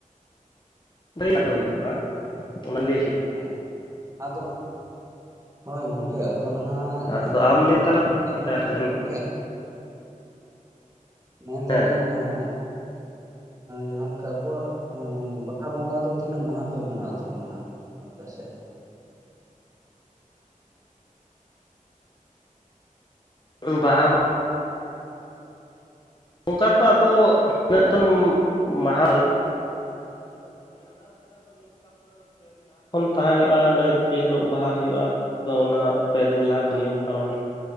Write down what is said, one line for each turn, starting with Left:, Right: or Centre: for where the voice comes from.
Left: <inaudible> ᱦᱩᱭ ᱠᱚᱜᱼᱟ ᱚᱱᱟ <inaudible>
Right: ᱦᱳᱭ, ᱟᱫᱚ ᱦᱳᱭ ᱜᱚᱝᱠᱮ ᱟᱫᱚ ᱱᱟᱦᱟᱜ ᱡᱟᱦᱟᱸ
Left: ᱟᱫᱚ
Right: ᱞᱮᱠᱟ
Left: ᱟᱢ
Right: ᱱᱚᱜᱼᱚᱭ,
Left: ᱞᱟᱹᱭ ᱛᱟᱞᱟᱝ
Right: ᱟᱸᱡᱚᱢᱚᱜ
Left: ᱪᱮᱠᱟ
Right: ᱠᱟᱱᱟ
Left: ᱞᱮᱱ
Right: ᱜᱚᱝᱠᱮ? ᱢᱮᱱ
Left: ᱦᱮᱸ
Right: ᱫᱟᱞᱤᱧ ᱱᱟᱦᱟᱜ ᱡᱟᱦᱟᱸ ᱞᱮᱠᱟ ᱟᱵᱚᱣᱟᱜ ᱩᱸᱻ ᱵᱟ ᱦᱟ ᱵᱚᱸᱜᱟ ᱫᱚ ᱛᱤᱱᱟᱹᱜ ᱢᱟᱦᱟ ᱯᱮ ᱢᱟᱱᱟᱣ ᱛᱟᱵᱚᱱᱟ ᱦᱟᱸᱜ ᱟᱯᱮ ᱥᱮᱫ?
Left: ᱩᱸ ᱵᱟᱦᱟ ᱵᱚ ᱚᱱᱠᱟ ᱛᱚ ᱟᱫᱚ ᱤᱱᱟᱹᱜ ᱫᱚᱱ, ᱢᱟᱦᱟ <inaudible> <inaudible> ᱚᱱᱮ ᱡᱮ ᱦᱤᱞᱳᱜ ᱵᱟᱦᱟ ᱦᱩᱭᱩᱜᱼᱟ᱾ ᱟᱫᱚ ᱚᱱᱟ ᱯᱮ ᱫᱤᱱ ᱞᱟᱦᱟ ᱱᱤᱭᱚᱢ ᱠᱟᱨᱚᱱ